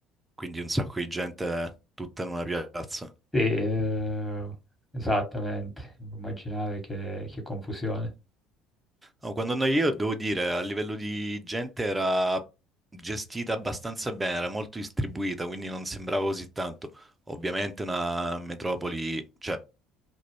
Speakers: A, on the right; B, in the centre.
A: Quindi un sacco di gente tutta in una piazza.
B: Sì, eh, esattamente, immaginare che, che confusione.
A: No, quando andai io, devo dire, a livello di gente era gestita abbastanza bene, era molto distribuita, quindi non sembrava così tanto. Ovviamente una metropoli, cioè